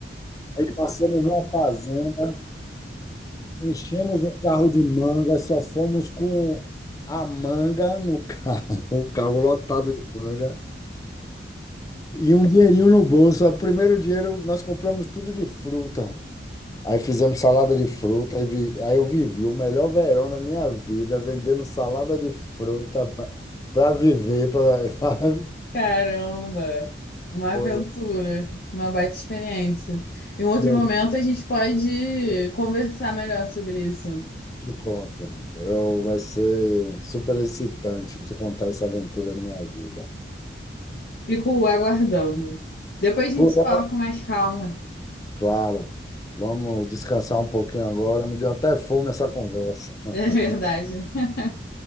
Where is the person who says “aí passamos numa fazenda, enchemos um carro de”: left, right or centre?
Left